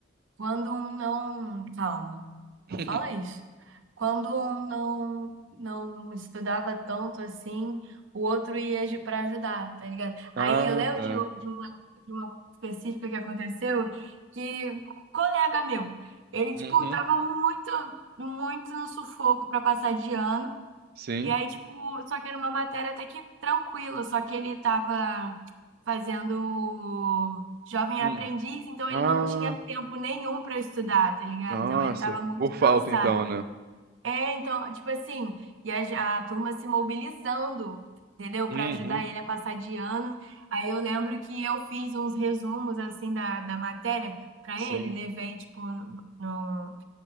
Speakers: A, on the right; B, on the right.
A: Quando um não. Calma,
B: <laughs>
A: não fala isso. Quando um não, não estudava tanto assim, o outro ia para ajudar, tá ligado?
B: Ah,
A: Aí eu lembro
B: tá.
A: de, u- de uma, de uma coisa específica que aconteceu que um colega meu, ele,
B: Uhum.
A: tipo, tava muito, muito no sufoco para passar de ano.
B: Sim.
A: E aí, tipo, só que era uma matéria até que tranquila, só que ele tava fazendo jovem
B: Hum.
A: aprendiz, então
B: Ah,
A: ele não tinha tempo nenhum para estudar, tá ligado?
B: nossa,
A: Então ele tava muito
B: por falta
A: cansado.
B: então, né?
A: É, então, tipo assim, e a, ge- a turma se mobilizando, entendeu?
B: Uhum.
A: Para ajudar ele a passar de ano. Aí eu lembro que eu fiz uns resumos, assim, da, da matéria para
B: Sim.
A: ele, levei, tipo, no, no-